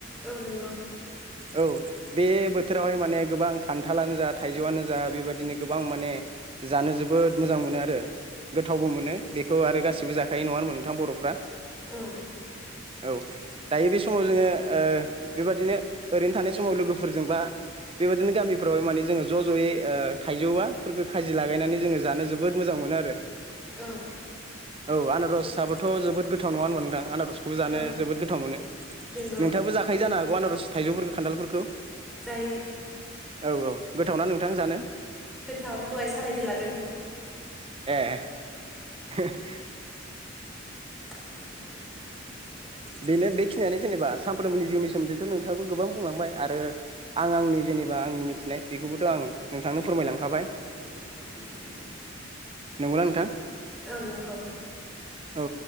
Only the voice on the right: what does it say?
औ बे बोथोरावहाय माने गोबां खान्थालानो जा थाइजौआनो जा बेबायदिनो गोबां माने जानो जोबोद मोजां मोनो आरो गोथावबो मोनो बेखौ आरो गासिबो जाखायो नङा होनबा नोंथां बर'फ्रा
औ दायो बे समाव जोङो बेबादिनो ओरैनो थानाय समाव लोगोफोरजोंबा बेबायदिनो गामिफ्रावाय माने जोङो ज' ज'यै थाइजौवाफोरखो खाजि लागायनानै जोङो जानो जोबोद मोजां मोनो आरो
औ आनारसाबोथ' जोबोद गोथाव नङा होनबा नोंथां आनारस खौबो जानो
जोबोद गोथाव मोनो नोंथाङाबो
जाखायो जानो हागौ आनारस थाइजौफोरखौ खान्थालफोरखौ
औ औ गोथावना नोंथां जानो
ए
बेनो बेखिनियानो जेनेबा सानफ्रोमबोनि जिउनि सोमोन्दैथ' नोंथाङाबो गोबां बुंलांबाय आरो आं आंनि जेनेबा आंनि मिथिनाय बेखौबोथ' आं नोंथांनो फोरमायलांखाबाय
नंगौना नोंथां
औ